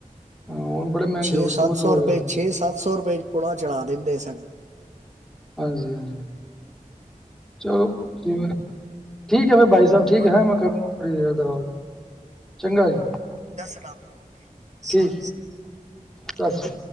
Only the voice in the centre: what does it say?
ਹੁਣ ਬੜੇ ਮਹਿੰਗੇ
ਹੋ ਗਏ
ਦੋ
ਦੋ ਹਜ਼ਾਰ
ਹਾਂਜੀ- ਹਾਂਜੀ ਚਲੋ ਜਿਵੇਂ, ਠੀਕ ਏ ਫੇਰ ਬਾਈ ਸਬ ਠੀਕ
ਐ
ਹੈਂ ਮੈਂ ਕਰਦਾ ਥੋੜੀ ਦੇਰ ਦੇ ਬਾਦ ਚੰਗਾ ਜੀ।
ਠੀਕ
ਸਤਿ ਸ਼੍ਰੀ